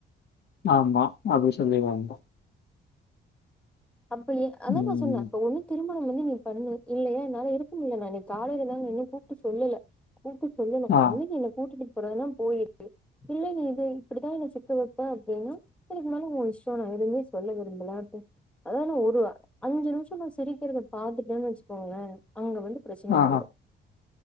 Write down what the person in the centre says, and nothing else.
சம்பிளயே அத்தா
நா சொன்ன இப்ப ஒன்னு திருமணம் வந்து நீ பண்ணு இல்லையா என்னால இருக்க முட்ல நா இன்னைக்கு காலைலதாங்க இன்னும் கூப்ட்டு சொல்லல கூப்டு சொல்லணு
வந்து என்னை கூட்டிட்டு போறதுன்னா போயிறு இல்லயே இது இப்படித்தா என்ன சிக்க வெப்பா அப்டின்னா அதுக்கு மேல ஒன் இஷ்டோ நா எதுமே சொல்ல விரும்பல அத்தான ஒரு அஞ்சு நிம்ஷோ நா சிரிக்கறத பாத்துட்டான்னு வச்சுக்கோங்களே அங்க வந்து பிரச்சனையாயிரும்